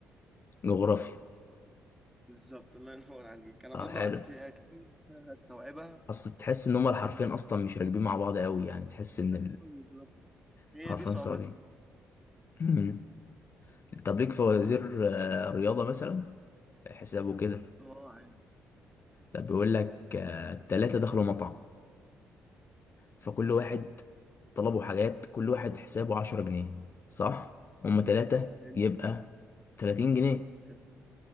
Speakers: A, on the left (about 35°); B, in the centre.
A: جغرافيا
B: بالظبط الله ينور عليك انا
A: طب
B: برضو
A: حلو
B: قعدت كتير هستوعبها
A: اصل تحس ان هما الحرفين اصلا مش راكبين مع بعض قوي يعني تحس ان
B: ايوه بالظبط هي
A: الحرفين
B: دي صعوبتها
A: صعبين امم طب ليك فوازير آه، رياضة مثلا حسابه كده
B: اه عادي
A: ده بيقول لك آه، التلاتة دخلوا مطعم فكل
B: تمام
A: واحد طلبوا حاجات كل واحد حسابه عشرة جنيه صح؟ هما تلاتة
B: حلو
A: يبقى تلاتين جنيه
B: تمام.